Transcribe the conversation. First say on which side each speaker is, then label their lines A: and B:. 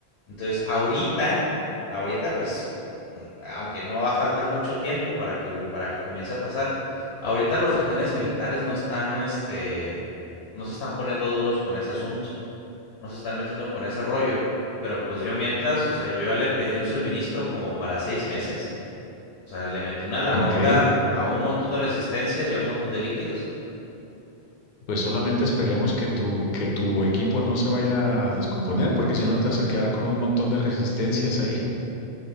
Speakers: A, on the left; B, on the left.
A: Entonces, ahorita, ahorita pues, mm, aunque no va a faltar mucho tiempo para que, para que comience a pasar, ahorita los retenes militares no están, este, no se están poniendo duros con ese asunto, no se están metiendo con ese rollo. Pero pues yo mientras, o sea, yo ya le pedí un suministro como para seis meses. O sea, le metí una la
B: ok,
A: nota a un montón de resistencias y a un montón de líquidos.
B: Pues solamente esperemos que tu, que tu equipo no se vaya a descomponer, porque si no te vas a quedar con un montón de resistencias ahí. <laughs>